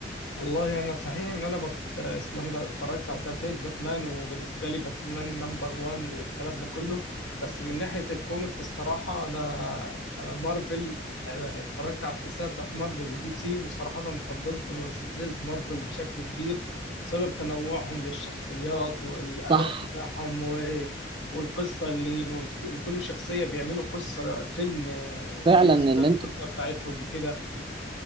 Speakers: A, on the left; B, on the right.
A: والله انا صحيح ان انا بت... اسمه ايه ده اتفرجت على ثلاثيه باتمان وبالنسبه لي باتمان نمبر 1 والكلام ده كله بس من ناحيه الكوميك الصراحه انا انا مارفل آه، اتفرجت على السلسله بتاعت مارفل ودي سي وصراحه فضلت سلسله مارفل بشكل كبير بسبب تنوعهم للشخصيات والاداء
B: صح
A: بتاعهم و... والقصه اللي م- لكل شخصيه بيعملوا قصه فيلم آه،
B: فعلا
A: يوصف
B: ان
A: بيها القصه
B: انت
A: بتاعتهم وكده